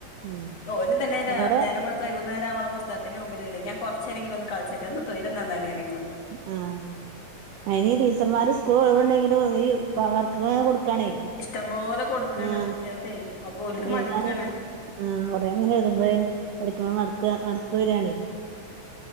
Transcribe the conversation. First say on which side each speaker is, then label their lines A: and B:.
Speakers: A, on the right; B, on the left.
A: ഉം
B: ഓനും തന്നെ
A: ഇവിടെ
B: നേരം വെളുത്ത് വൈുന്നരാവോളം പുസ്തകത്തിന് മുമ്പിലല്ലേ ഞാൻ കൊറച്ചേരെങ്കിലൊന്ന് കളിച്ചോട്ടെ സൗര്യംതന്നാണിൻന്നെറങ്ങിയോൻ
A: ആഹ് അയിനി ടീച്ചർമാര് സ്കൂൾ ഒഴിവുണ്ടെങ്കിലും ഈ വർക്ക്ങ്ങനെ കൊടു ക്കാണെ
B: ഇഷ്ടം പോലെ കൊടുക്കാണ്
A: ആ
B: കുട്ടികൾക്കെ അപ്പൊ ഓൽക്ക്
A: കൊറെഴ്താനും
B: മടുക്കാണ്
A: അഹ് കൊറേങ്ങനെഴുതാനും വരുമ്പഴേ പഠിക്കുമ്പോ മടുപ്പ് മട്പ്പ് വര്യാണേ